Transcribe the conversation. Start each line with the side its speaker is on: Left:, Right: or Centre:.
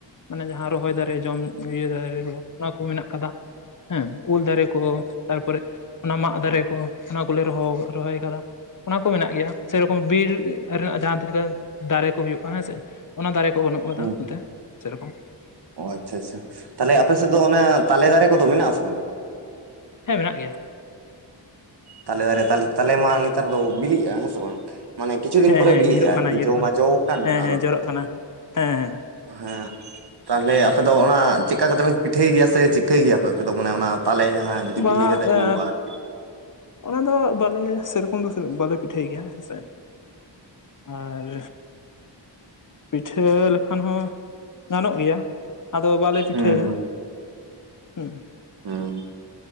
Left: ᱢᱟᱱᱮ ᱡᱟᱦᱟᱸ ᱨᱚᱦᱚᱭ ᱫᱟᱨᱮ ᱡᱚᱢ ᱤᱭᱟᱹ ᱫᱟᱨᱮ ᱠᱚ ᱚᱱᱟ ᱠᱚ ᱢᱮᱱᱟᱜ ᱟᱠᱟᱫᱟ ᱦᱮᱸ, ᱩᱞ ᱫᱟᱨᱮ ᱠᱚ ᱛᱟᱨᱯᱚᱨᱮ ᱚᱱᱟ ᱢᱟᱜ ᱫᱟᱨᱮ ᱠᱚ, ᱚᱱᱟ ᱠᱚᱞᱮ ᱨᱚᱦᱚᱣ ᱨᱚᱦᱚᱭ ᱠᱟᱫᱟ᱾ ᱚᱱᱟ ᱠᱚ ᱢᱮᱱᱟᱜ ᱜᱮᱭᱟ᱾ ᱥᱮᱨᱚᱠᱚᱢ ᱵᱤᱨ ᱨᱮᱱᱟᱜ ᱡᱟᱦᱟᱸ ᱛᱤᱱᱟᱹᱜ ᱜᱟᱱ ᱫᱟᱨᱮ ᱠᱚ ᱦᱩᱭᱩᱜ ᱢᱟ ᱦᱮᱸ ᱥᱮ ᱚᱱᱟ ᱫᱟᱨᱮ ᱠᱚ ᱵᱟᱹᱱᱩᱜ ᱠᱟᱫᱟ
Right: ᱦᱩᱸ
Left: ᱱᱚᱛᱮ ᱥᱮᱨᱠᱚᱢ
Right: ᱚ ᱟᱪᱪᱷᱟ ᱟᱪᱪᱷᱟ, ᱛᱟᱦᱞᱮ ᱟᱯᱮ ᱥᱮᱫᱽ ᱫᱚ ᱚᱱᱟ ᱛᱟᱞᱮ ᱫᱟᱨᱮ ᱠᱚᱫᱚ ᱢᱮᱱᱟᱜ ᱟᱥᱮ ᱵᱟᱝ?
Left: ᱦᱮᱸ ᱢᱮᱱᱟᱜ ᱜᱮᱭᱟ᱾
Right: ᱛᱟᱞᱮ ᱫᱟᱨᱮ ᱛᱟᱞᱮ ᱢᱟ ᱱᱮᱛᱟᱨ ᱫᱚ ᱵᱤᱞᱤᱜᱼᱟ ᱦᱮᱸ ᱥᱮ ᱵᱟᱝ? ᱢᱟᱱᱮ ᱠᱤᱪᱷᱩ ᱫᱤᱱ
Left: ᱦᱮᱸ
Right: ᱯᱚᱨᱮ
Left: ᱦᱮᱸ
Right: ᱵᱤᱞᱤᱜᱼᱟ,
Left: ᱧᱤᱨᱚᱜ
Right: ᱟᱨᱠᱤ
Left: ᱠᱟᱱᱟ ᱧᱤᱨᱚᱜ
Right: ᱡᱚ
Left: ᱠᱟᱱᱟ
Right: ᱢᱟ ᱡᱚ ᱟᱠᱟᱱ
Left: ᱦᱮᱸ
Right: ᱟᱫᱚ
Left: ᱦᱮᱸ ᱡᱚᱨᱚᱜ ᱠᱟᱱᱟ ᱦᱮᱸ ᱦᱮᱸ
Right: ᱦᱮᱸ ᱛᱟᱦᱞᱮ ᱟᱯᱮᱫᱚ ᱚᱱᱟ ᱪᱮᱜᱠᱟ ᱠᱟᱛᱮ ᱯᱮ ᱯᱤᱴᱷᱟᱹᱭ ᱜᱮᱭᱟ ᱥᱮ ᱪᱤᱠᱟᱹᱭ ᱜᱮᱭᱟᱯᱮ ᱟᱯᱮ ᱫᱚ? ᱢᱟᱱᱮ ᱚᱱᱟ ᱛᱟᱞᱮ ᱡᱟᱦᱟᱸ ᱡᱩᱫᱤ
Left: ᱵᱟᱝᱟ
Right: ᱵᱤᱞᱤ ᱠᱟᱛᱮᱜ ᱧᱩᱨᱩᱜᱼᱟ ᱟᱨᱠᱤ?
Left: ᱚᱱᱟ ᱫᱚ ᱵᱟᱞᱮ ᱥᱮᱨᱠᱚᱢ ᱫᱚ ᱵᱟᱞᱮ ᱯᱤᱴᱷᱟᱹᱭ ᱜᱮᱭᱟ ᱦᱮᱸ ᱥᱮ ᱟᱨ ᱯᱤᱴᱷᱟᱹ ᱞᱮᱠᱷᱟᱱ ᱦᱚᱸ ᱜᱟᱱᱚᱜ ᱜᱮᱭᱟ᱾ ᱟᱫᱚ ᱵᱟᱞᱮ ᱯᱤᱴᱷᱟᱹᱭᱟ
Right: ᱦᱩᱸ
Left: ᱦᱩᱸ,
Right: ᱦᱚᱸ